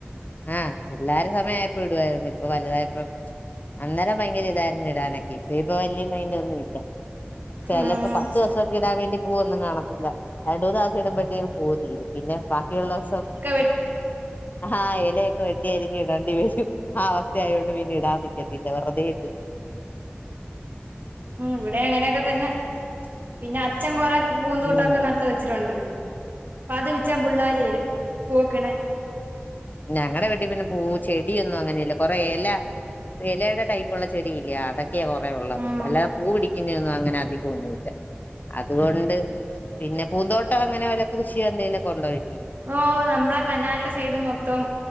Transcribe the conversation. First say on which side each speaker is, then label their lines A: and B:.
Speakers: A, on the left; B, on the right.
A: ആഹ് പിള്ളേരു സമയയപ്പോ ഇടുവായിരുന്നു ഇപ്പൊ വലുതായപ്പോ അന്നേരം ഭയങ്കര ഇതായിരുന്നു ഇടാനൊക്കെ ഇപ്പ ഇപ്പൊ വലിയ മൈന്റൊന്നും ഇല്ല ചിലപ്പോ
B: ഉം
A: പത്ത് ദിവസക്കെ ഇടാൻ വേണ്ടി പൂവൊന്നും കാണത്തില്ല രണ്ട് മൂന്ന് ദിവസം ഇടുമ്പഴത്തേക്കുപൂ തീരും പിന്നെ പിന്നെ ബാക്കിയുള്ളോസോ
B: പൈ <unintelligible>
A: ആഹ ഇലയൊക്കെ വെട്ടി അരിഞ്ഞിടണ്ടി വരും ആ അവസ്ഥയൊണ്ട് പിന്ന ഇടാൻ നിക്കത്തില്ലെ വെർതെ എന്തി
B: ഉ ഇവിടെ അങ്ങനെയൊക്കെ തന്നെ പിന്നെ അച്ഛൻ കൊറെ പൂവു ന്തൂട്ടമൊക്കെ
A: ഉം
B: നട്ട വെച്ചിട്ടുണ്ട് അപ്പാ ത് പിച്ചാ പിള്ളോര് വരും <unintelligible>
A: ഞങ്ങളടെ വീട്ടിൽ പിന്നെ പൂ ചെടിയൊന്നും അങ്ങനെല്ല കൊറെേ എല ഇലയുടെ ടൈപ്പ് ഉള്ള ചെടി ഇല്ല അതൊക്കെയാ കുറേ ഉള്ളത്
B: ഉം
A: അല്ലാതെ പൂ പിടിക്ക പിന്നെ ഒ ന്നും അധികം ഒന്നുല്ല അതുകൊണ്ട് പിന്നെ പൂന്തോട്ടം അങ്ങനെ വല്ല കൃഷിയോ എന്തെേലിലൊക്ക കൊണ്ടുപോയിട്ടോ
B: ഓ നമ്മളാ കനാലിന്റെ സൈഡ് മൊത്തം